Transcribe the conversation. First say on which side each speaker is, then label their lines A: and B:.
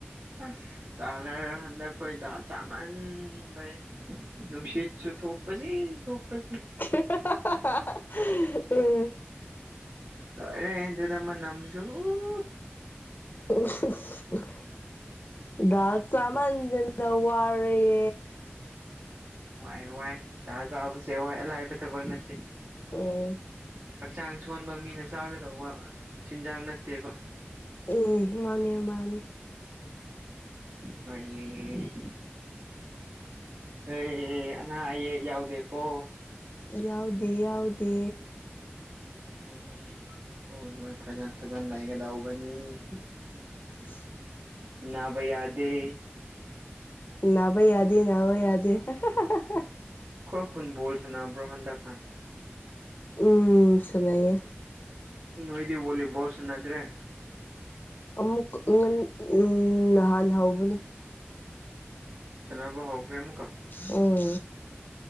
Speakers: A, on the right (about 85°); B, on the left (about 50°).
A: ꯑꯁ ꯗꯥꯜ ꯍꯥꯢꯔ ꯍꯟꯗꯛ ꯈꯣꯢ ꯗꯥꯜ ꯆꯥꯃꯟꯕꯩ ꯅꯨꯡꯁꯤꯠꯁꯨ ꯊꯣꯛꯄꯁꯤ ꯊꯣꯛꯄ ꯁꯤ
B: <unintelligible>
A: ꯂꯣꯢꯔꯦ ꯑꯗꯨꯗ ꯃꯅꯝꯁꯨ <unintelligible>
B: <unintelligible> ꯗꯥꯜ ꯆꯥꯃꯟꯗꯅ ꯋꯥꯔꯦ
A: ꯋꯥꯏ ꯋꯥꯏ ꯗꯥꯜ ꯆꯥꯕꯁꯦ ꯋꯥꯏ ꯑꯂꯥꯏꯕ ꯊꯕꯛ ꯅꯠ
B: ꯎꯝ
A: ꯍꯛꯆꯥꯡ ꯁꯣꯟꯕ ꯃꯤꯅ ꯆꯥꯒꯗꯧꯕ ꯆꯤꯟꯖꯥꯛ ꯅꯠꯇꯦꯕ
B: ꯎꯝ ꯃꯥꯅꯦ ꯃꯥꯅꯦ
A: ꯍꯣꯏꯌꯦ ꯑꯩ ꯑꯅꯥ ꯑꯌꯦꯛ ꯌꯥꯎꯗꯦꯀꯣ
B: ꯌꯥꯎꯗꯦ ꯌꯥꯎꯗꯦ
A: ꯎꯝ ꯍꯣꯏ ꯍꯣꯏ ꯐꯖꯟ ꯐꯖꯟ ꯂꯩꯒꯗꯧꯕꯅꯤ
B: <inaudible>
A: ꯅꯥꯚ ꯌꯥꯗꯦ
B: ꯅꯚ ꯌꯥꯗꯦ ꯅꯕ ꯌꯥꯗꯦ <unintelligible>
A: ꯈꯣꯢ ꯈꯨꯟ ꯕꯣꯜ ꯁꯅꯕ꯭ꯔꯣ ꯍꯟꯗꯛꯀꯥꯟ
B: ꯎꯝ ꯁꯥꯟꯅꯩꯌꯦ
A: ꯅꯣꯏꯗꯤ ꯚꯣꯜꯂꯤꯕꯣꯜ ꯁꯥꯟꯅꯗ꯭ꯔꯦ
B: ꯑꯃꯨꯛ <unintelligible> ꯅꯍꯥꯟ ꯍꯧꯕꯅꯦ
A: ꯁꯅꯥꯕ ꯍꯧꯈ꯭ꯔꯦ ꯑꯃꯨꯛꯀ
B: ꯎꯝ